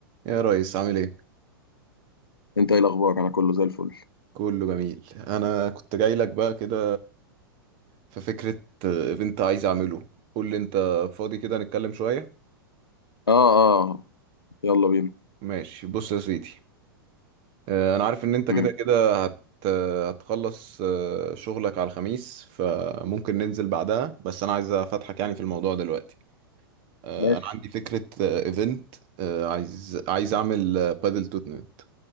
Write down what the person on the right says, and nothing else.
يا ريس عامل ايه؟
كله جميل انا كنت جاي لك بقى كده في فكرة ايفنت عايز اعمله قول لي انت فاضي كده نتكلم شوية
ماشي بص يا سيدي آه، انا عارف ان انت كده
كده هت آه، هتخلص آه، شغلك على الخميس فممكن ننزل بعدها بس انا عايز افتحك يعني في الموضوع دلوقتي آه،
انا عندي فكرة ايفنت عايز عايز اعمل آه، بادل تورنمنت